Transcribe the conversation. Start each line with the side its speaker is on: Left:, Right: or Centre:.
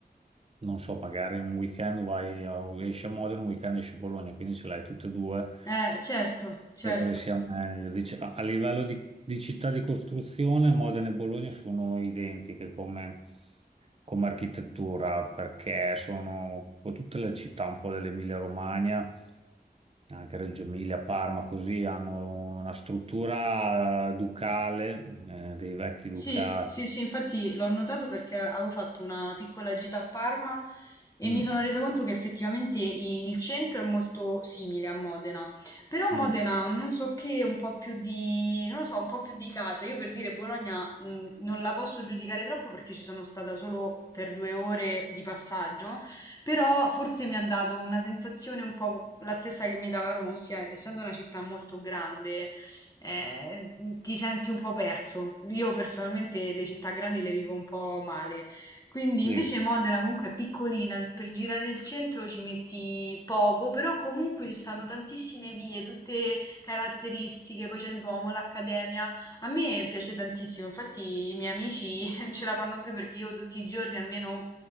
Right: non so, magari un weekend vai, a- esci a Modena, un weekend esci a Bologna, quindi ce l'hai tutte e due,
Left: Eh, certo, certo.
Right: per quale sia meglio. Dice- a, a livello di, di città di costruzione, Modena e Bologna sono identiche come, come architettura, perché sono un po' tutte le città un po' dell'Emilia-Romagna anche Reggio Emilia, Parma, così hanno una struttura ducale, eh, dei vecchi ducati.
Left: Sì, sì, sì, infatti l'ho notato perché avevo fatto una piccola gita a Parma e
Right: Mm,
Left: mi sono resa conto che effettivamente i- il centro è molto simile a Modena, però Modena
Right: mm,
Left: ha non so che, un po' più di, non lo so, un po' più di casa. Io per dire Bologna, mh, non la posso giudicare troppo perché ci sono stata solo per due ore di passaggio, però forse mi ha dato una sensazione un po' la stessa che mi dava Roma, ossia essendo una città molto grande eh, ti senti un po' perso. Io personalmente le città grandi le vivo un po' male. Quindi
Right: sì,
Left: invece Modena comunque è piccolina, per girare il centro ci metti poco, però comunque ci stanno tantissime vie, tutte caratteristiche, poi c'è il Duomo, l'Accademia. A me piace tantissimo, infatti i miei amici <laughs> ce la fanno più perché io tutti i giorni almeno